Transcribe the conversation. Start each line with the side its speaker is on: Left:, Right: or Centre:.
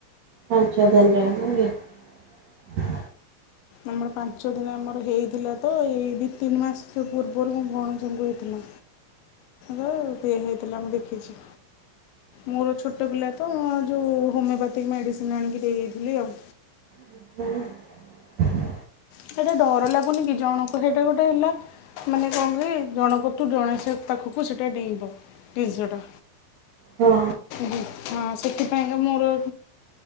Right: ପାଞ୍ଚ ଦିନ ରହେ ନା ନା କି
Left: ଆମର ପାଞ୍ଚ ଦିନ ଆମର ହେଇଥିଲା ତ ଏଇ ଦି ତିନି ମାସ ପୂର୍ବରୁ ମୋ ଭଉଣୀ ଙ୍କୁ ହେଇଥିଲା। ମୁଁ ଇଏ ହେଇଥିଲା ମୁଁ ଦେଖିଛି। ମୋର ଛୋଟ ପିଲା ତ ଯଉ ହୋମିଓପାଥିକ ମେଡ଼ିସିନ ଆଣିକି ଦେଇ ଦେଇଦେଇ ଥିଲି ଆଉ
Right: ହୁଁ।
Left: ସେଇଟା ଡର ଲାଗୁନି କି ଜଣକୁ ସେଇଟା ଗୋଟେ ହେଲା ମାନେ କଣ କି ଜଣକ ତ୍ଠୁ ଜଣେ ସେ ପାଖକୁ ସେଇଟା ଡେଇଁବ ଜିନିଷ ଟା।
Right: ହଁ
Left: ହଁ ସେଥିପାଇଁକା ମୋର